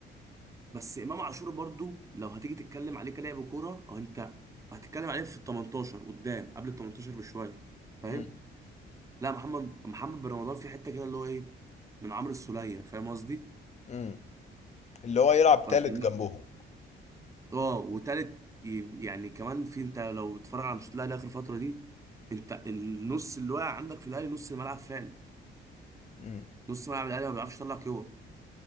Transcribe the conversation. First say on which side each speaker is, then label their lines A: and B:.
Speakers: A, on the right; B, on the left.
A: بس امام عاشور برضو لو هتيجي تتكلم عليه كلاعب كوره او انت هتتكلم عليه في ال 18 قدام قبل ال 18 بشويه فاهم
B: امم
A: لا محمد محمد بن رمضان في حته كده اللي هو ايه من عمرو السوليه فاهم قصدي
B: امم اللي هو يلعب
A: فانت
B: تالت جنبهم
A: اه وتالت ي- يعني كمان في انت لو تتفرج على ماتشات الاهلي اخر فتره دي انت النص اللي واقع عندك في الاهلي نص الملعب فعلا
B: امم
A: نص ملعب الاهلي ما بيعرفش يطلع كور